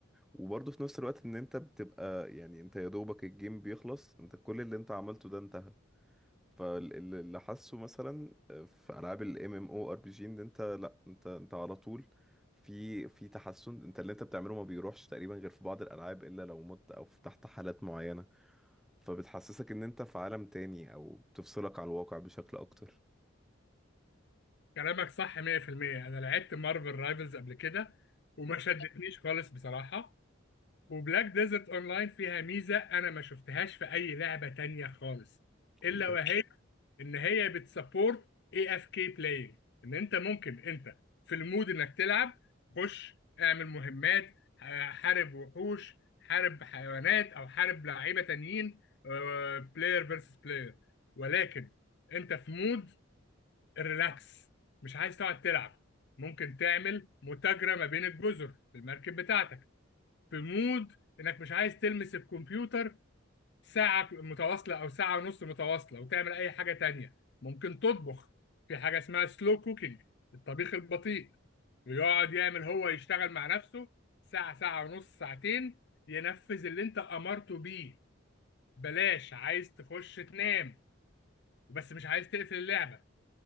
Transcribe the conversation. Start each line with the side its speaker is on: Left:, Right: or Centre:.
Centre: وبرضه في نفس الوقت ان انت بتبقى يعني انت يا دوبك الجيم بيخلص انت كل اللي انت عملته ده انتهى فاللي حاسه مثلا آه، في العاب الام ام او ار بي جي ان انت لا انت انت على طول في في تحسن انت اللي انت بتعمله ما بيروحش تقريبا غير في بعض الالعاب الا لو مت او فتحت حالات معينة فبتحسسك ان انت في عالم تاني او بتفصلك عن الواقع بشكل اكتر
Left: كلامك صح 100% أنا لعبت مارفل رايفلز قبل كده وما شدتنيش خالص بصراحة وبلاك ديزرت أونلاين فيها ميزة أنا ما شفتهاش في أي لعبة تانية خالص إلا
Centre: ال-
Left: وهي ان هي بتسبورت اي اف كي بلاينج ان انت ممكن انت في المود انك تلعب خش اعمل مهمات ح- حارب وحوش حارب حيوانات او حارب لعيبه تانيين بلاير فيرسس بلاير ولكن انت في مود الريلاكس مش عايز تقعد تلعب ممكن تعمل متاجرة ما بين الجزر بالمركب بتاعتك في مود انك مش عايز تلمس الكمبيوتر ساعة متواصلة أو ساعة ونص متواصلة وتعمل أي حاجة تانية ممكن تطبخ في حاجة اسمها سلو كوكينج الطبيخ البطيء ويقعد يعمل هو يشتغل مع نفسه ساعة ساعة ونص ساعتين ينفذ اللي انت أمرته بيه بلاش عايز تخش تنام بس مش عايز تقفل اللعبة